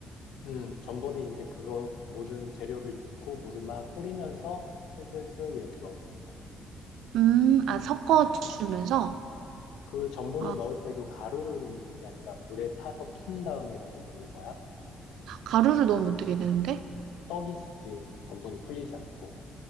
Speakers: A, on the left; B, on the right.
A: 음, 전분은 이제 그거 모든 재료를 넣고 물을 막 끓이면서 슬슬슬 이렇게 넣어주는 거야.
B: 음, 아, 섞어주면서?
A: 어, 그 전분을
B: 아,
A: 넣을 때도 가루로 넣는 게 아니라 물에 타서 푼 다음에 이렇게 넣는 거야?
B: 가루를 넣으면 어떻게 되는데?
A: 떡이지, 전분이 풀리지 않고.